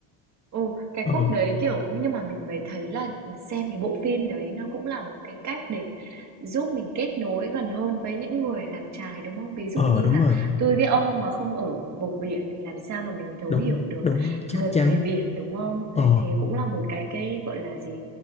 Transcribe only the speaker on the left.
ờ
ờ
đúng
rồi
đúng
đúng chắc
chắn
ờ